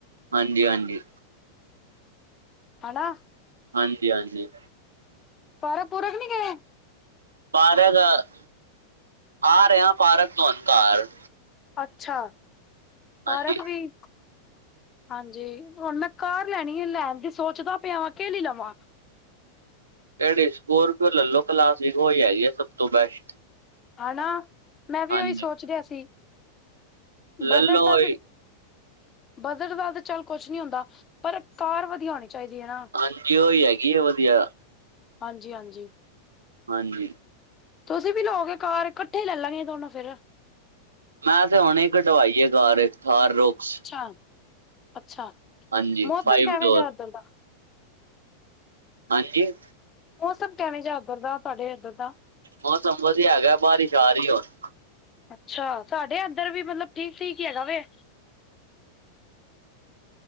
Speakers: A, on the right; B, on the left.
A: ਹਾਂਜੀ ਹਾਂਜੀ।
B: ਹਨਾਂ?
A: ਹਾਂਜੀ ਹਾਂਜੀ।
B: ਪਾਰਕ-ਪੂਰਕ ਨੀ ਗੇ?
A: ਪਾਰਕ, ਆ ਰਿਆ ਪਾਰਕ ਤੋਂ ਉਣ ਘਾਰ।
B: ਅੱਛਾ, ਪਾਰਕ
A: ਹਾਂਜੀ
B: ਵੀ। ਹਾਂਜੀ, ਹੁਣ ਮੈਂ ਕਾਰ ਲੈਣੀ ਐ, ਲੈਣ ਦੀ ਸੋਚਦਾ ਪਿਆ ਵਾਂ ਕੇ ਲੀ ਲਵਾਂ।
A: ਕੇੜੀ ਸਕੋਰਪੀਓ ਲੱਲੋ, ਕਲਾਸੀ ਓਈ ਹੈਗੀ ਏ ਸਭ ਤੋਂ ਬੈਸਟ।
B: ਹੈਨਾਂ, ਮੈਂ ਵੀ
A: ਹਾਂਜੀ
B: ਓਈ ਸੋਚ ਰਿਆ ਸੀ। ਬਦੜਦਾ
A: ਲੈਲੋ ਉਹੀ
B: ਤੇ ਬਦਟ ਦਾ ਤੇ ਚੱਲ ਕੁਛ ਨੀਂ ਹੁੰਦਾ, ਪਰ ਕਾਰ ਵਧੀਆ ਹੋਣੀ ਚਾਈਦੀ ਐਨਾਂ।
A: ਹਾਂਜੀ, ਓਈ ਹੈਗੀ ਏ ਵਧੀਆ।
B: ਹਾਂਜੀ ਹਾਂਜੀ।
A: ਹਾਂਜੀ।
B: ਤੁਸੀਂ ਵੀ ਲੋਗੇ ਕਾਰ ਕੱਠੇ ਈ ਲੱਲਾਂਗੇ ਦੋਨੋਂ ਫਿਰ।
A: ਮੈਂ ਤੇ ਹੁਣੇ ਕਢਵਾਈ ਐ ਕਾਰ ਇੱਕ ਥਾਰ ਰੋਕਸ
B: ਅੱਛਾ, ਅੱਛਾ।
A: ਹਾਂਜੀ
B: ਮੌਸਮ
A: ਫਾਈਵ
B: ਕੇਵੇਂ
A: ਡੋਰ
B: ਜਿਆ ਉੱਧਰ ਦਾ
A: ਹਾਂਜੀ?
B: ਮੌਸਮ ਕੈਵੇਂ ਜਿਆ ਉੱਧਰ ਦਾ ਤੁਆਡੇ ਇੱਧਰ ਦਾ।
A: ਮੌਸਮ ਵਧੀਆ ਹੈਗਾ, ਬਾਰਿਸ਼ ਆ ਰੀ ਹੁਣ।
B: ਅੱਛਾ ਸਾਡੇ ਇੱਧਰ ਵੀ ਮਤਲਬ ਠੀਕ ਠੀਕ ਹੈਗਾ ਵ